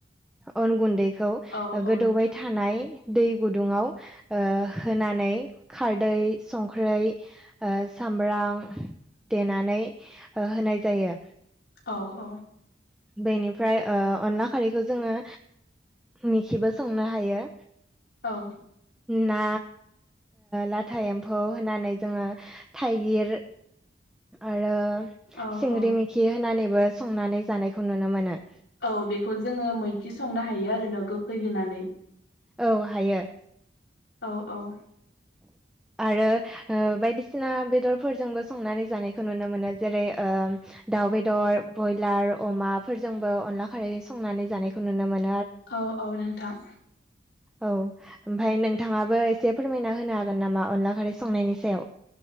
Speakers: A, in the centre; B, on the left.
A: अन गुन्दैखौ
B: औ
A: गोदौबाय
B: औ नोंथां
A: थानाय दै गुदुङाव होनानै खारदै संख्रै सामब्राम देनानै होनाय जायो।
B: औ औ
A: बेनिफ्राय अनला खारैखौ जोङो निखिबो संनो हायो।
B: औ
A: ना लाथा एम्फौ होनानै जोङो थाइगिर आरो
B: औ
A: सिंग्रि
B: औ
A: मेखि होनानैबो संनानै जानायखौ नुनो मोनो।
B: औ बेखौ जोङो मैखि संनो हायो आरो ना गोखै होनानै
A: औ हायो।
B: औ औ <inaudible>
A: आरो ओ बायदिसिना बेदरफोरजोंबो संनानै जानायखौ नुनो मोनो जेरै ओ दाउ बेदर ब्रयलार अमाफोरजोंबो अनला खारै संनानै जानायखौ नुनो मोन
B: औ औ नोंथां।
A: औ ओमफ्राय नोंथाङाबो एसे फोरमायना होनो हागोन नामा अनला खारै संनायनि सायाव?